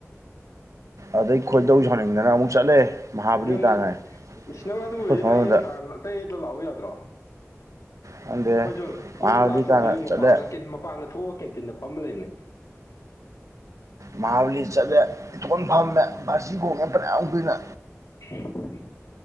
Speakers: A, on the right; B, on the left.
A: ꯑꯗꯩ ꯈꯣꯏꯗꯧ ꯁꯥꯎꯅꯤꯡꯗꯅ ꯑꯃꯨꯛ ꯆꯠꯂꯦ ꯃꯍꯥꯕꯂꯤ
B: ꯅꯪ
A: ꯇꯥꯟꯅ
B: ꯏꯁ ꯅꯪ ꯑꯗꯨꯕꯨꯗꯤ
A: ꯑꯩꯈꯣꯏ ꯐꯝꯐꯝꯗꯨꯗ
B: ꯇꯌꯦꯜ ꯇꯌꯦꯜꯗ ꯂꯥꯛꯎꯨ ꯌꯥꯗ꯭ꯔꯣ
A: ꯈꯪꯗꯦ
B: ꯈꯣꯏꯁꯨ ꯈꯣꯏꯁꯨ
A: ꯃꯍꯥꯕꯂꯤ
B: ꯀ꯭ꯂꯥꯁ
A: ꯇꯥꯟꯅ
B: ꯇꯧꯗꯣꯏ ꯃꯄꯥꯟꯗ
A: ꯆꯠꯂꯦ
B: ꯃꯄꯥꯟꯗ ꯊꯣꯛꯑꯒ ꯀꯦꯟꯇꯤꯟꯗ ꯐꯝꯃ ꯂꯩꯕꯅꯦ
A: ꯃꯍꯥꯕꯂꯤ ꯆꯠꯂꯦ ꯏꯇꯣꯟ ꯐꯝꯃꯦ ꯕꯥꯁꯤ ꯈꯣꯡꯉꯦ ꯐꯅꯌꯥꯝ ꯀꯨꯏꯅ
B: <inaudible>